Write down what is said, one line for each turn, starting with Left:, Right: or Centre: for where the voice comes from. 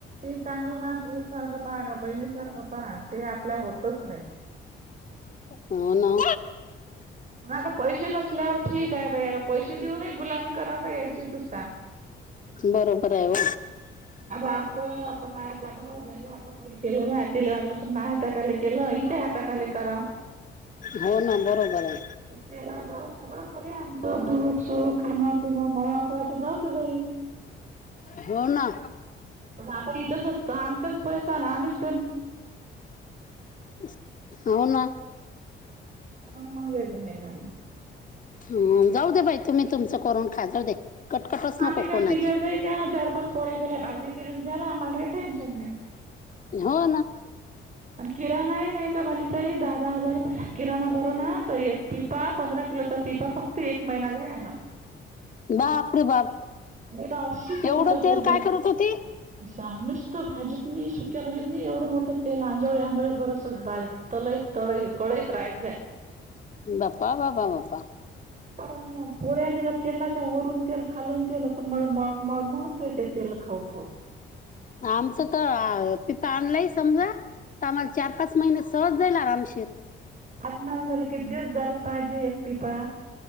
Right: <unintelligible> पुळी सारखं पहा का बहिणी सारखं पहा ते आपल्या होतच नाही
Left: हो ना
Right: आता पैसे नसल्यावर ठीक आहे भाई आता पैसे देऊन ही गुलामी करावा यायची तुस सांग
Left: बरोबर आहे हो
Right: अता आपण माझा भाऊ याच्या हाताखाली केलं मा तिला वाटलं सून मा हाताकाले केलं हिच्या हाताखाली करा <inaudible>
Left: हो ना बरोबर आहे
Right: <unintelligible> सगळं खरे आमचं दुःख सुख खाणं पिणं म असं वाट जाऊतं बाई <inaudible>
Left: हो ना
Right: पण आता इथंचत आमचाच पैसा ना आम्ही च
Left: <inaudible> हो ना
Right: अपण मग वेगळं <unintelligible>
Left: ह जाऊ दे बाई तुम्ही तुमचं करून खा जाऊ दे कटकटच
Right: आम्ही
Left: नको
Right: काय
Left: कोणाची
Right: तिघ्या जाईन चार पाच पोळ्या केल्या भाजी केली झाला आम्हाला काही टेन्शन नाही
Left: हो ना
Right: आणि किराणा ही नाही का भाली तई दहा दहा हजार रुपये किराणा भरो ना तर एक पिपा पंधरा चा पिपा फक्त एक महिनाचा आहे ह्यांना
Left: बापरे बाप
Right: ना अशीच
Left: एवढं
Right: उलट जाई
Left: तेल काय करत होती
Right: जा नुसत्या भाजीतनी सुक्या भाजीत नी एवढं मोठं तेल आंजोळे आंजोळे बरसच बाज तोई तोै कोळैत रायतजे
Left: बाप्पा.. बाप्पा..
Right: पण पोड्यानी तेलाच्या वरून तेल खालून तेल म म मळमणच होय ते तेल खाऊ खाऊ
Left: आमचं तर पिता आणलाय समजा आम्हाला चार पाच महिने सहज जाईल आरामशीेर
Right: पाचनान झाले कि दिस झाला पाहिजे एकतीपा